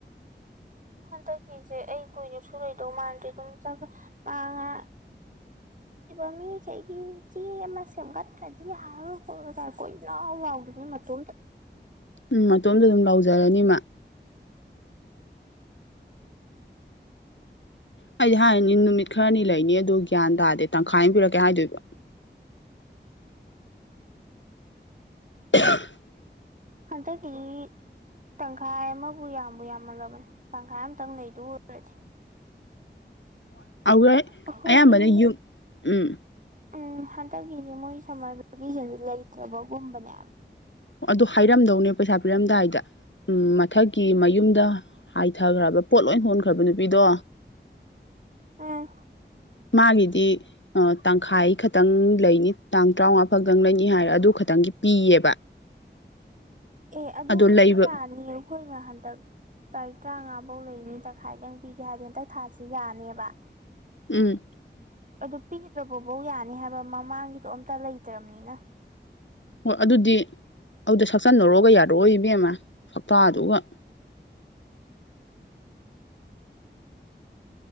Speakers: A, on the right (about 45°); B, on the left (about 80°).
A: ꯍꯟꯗꯛꯀꯤꯁꯦ ꯑꯩ ꯀꯨꯏꯔꯁꯨ ꯂꯩꯏꯗꯧ ꯃꯥꯟꯗ꯭ꯔꯦ ꯑꯗꯨꯝ ꯆ ꯃꯉ꯫ <unintelligible> ꯃꯤꯈꯩꯒꯤ ꯆꯦꯝꯒꯠꯇꯔꯗꯤ ꯌꯔꯔꯣꯏ ꯀꯣꯠꯂꯔꯣꯏ ꯫ ꯂꯥꯎꯥꯒꯤꯕꯅꯤ ꯃꯇꯣꯝꯇ꯫
B: ꯎꯝ ꯃꯇꯣꯝꯗ ꯑꯗꯨꯝ ꯂꯥꯎꯖꯔꯅꯤꯃꯥ꯫ ꯑꯩꯗꯤ ꯍꯥꯏꯅꯤ ꯅꯨꯃꯤꯠ ꯈꯔꯅꯤ ꯂꯩꯅꯤ ꯑꯗꯨꯗꯣ ꯒ꯭ꯌꯥꯟ ꯇꯥꯔꯗꯤ ꯇꯪꯈꯥꯏ ꯑꯃ ꯄꯤꯔꯛꯀꯦ ꯍꯥꯏꯗꯣꯏꯕ꯫ <inaudible>
A: ꯍꯟꯗꯛꯒꯤ꯫ ꯇꯪꯈꯥꯏ ꯑꯃꯕꯨ ꯌꯥꯝꯕꯨ ꯌꯥꯝꯃꯜꯂꯕꯅꯤ ꯇꯪꯈꯥꯏ ꯑꯃꯇꯪ ꯂꯩꯗꯨ ꯑꯣꯏꯔꯗꯤ꯫
B: ꯍꯣꯏ
A: ꯑꯩꯈꯣꯏꯗꯤ
B: ꯑꯌꯥꯝꯕꯅ ꯌꯨꯝ ꯎꯝ꯫
A: ꯎꯝ ꯍꯟꯗꯛꯀꯤꯁꯦ ꯃꯣꯏ ꯁꯝꯃꯔ ꯚꯦꯀꯦꯁꯟꯁꯦ ꯂꯩꯇ꯭ꯔꯕꯒꯨꯝꯕꯅꯦ꯫
B: ꯑꯗꯨ ꯍꯥꯏꯔꯝꯗꯧꯅꯦ ꯄꯩꯁꯥ ꯄꯤꯔꯝꯗꯥꯏꯗ꯫ ꯎꯝ ꯃꯊꯛꯀꯤ ꯃꯌꯨꯝꯗ ꯍꯥꯏꯊꯈ꯭ꯔꯕ ꯄꯣꯠ ꯂꯣꯏ ꯍꯣꯟꯈ꯭ꯔꯕ ꯅꯨꯄꯤꯗꯣ꯫
A: ꯎꯝ
B: ꯃꯥꯒꯤꯗꯤ ꯑ ꯇꯪꯈꯥꯏ ꯈꯛꯇ꯫ ꯈꯤꯇꯪ ꯂꯩꯅꯤ ꯇꯥꯡ ꯇꯔꯥꯃꯉꯥ ꯈꯛꯇꯪ ꯂꯩꯅꯤ ꯍꯥꯏꯔ ꯑꯗꯨ ꯈꯛꯇꯪꯒꯤ ꯄꯤꯌꯦꯕ꯫
A: ꯑꯦ ꯑꯗꯨꯕꯨꯗꯤ
B: ꯑꯗꯣ ꯂꯩꯕ
A: ꯌꯥꯅꯤꯌꯦ ꯑꯩꯈꯣꯏꯅ ꯍꯟꯗꯛ__ ꯇꯥꯔꯤꯛ ꯇꯔꯥꯃꯉꯥꯐꯧ ꯂꯩꯅꯤ ꯇꯪꯈꯥꯏꯗꯪ ꯄꯤꯒꯦ ꯍꯥꯏꯔꯗꯤ ꯍꯟꯇꯛ ꯊꯥꯥꯁ ꯌꯥꯅꯦꯕ꯫
B: ꯎꯝ꯫
A: ꯑꯗꯨ ꯄꯤꯗ꯭ꯔꯕꯕꯧ ꯌꯥꯅꯤ ꯍꯥꯏꯕ ꯃꯃꯥꯡꯒꯤꯗꯣ ꯑꯝꯇ ꯂꯩꯇ꯭ꯔꯕꯅꯤꯅ꯫
B: ꯍꯣꯏ ꯑꯗꯨꯗꯤ ꯑꯗꯨꯗ ꯁꯛꯆꯟꯅꯔꯣꯒ ꯌꯥꯔꯛꯑꯣ ꯏꯕꯦꯝꯃ ꯁꯛꯇꯇꯥꯗꯨꯒ꯫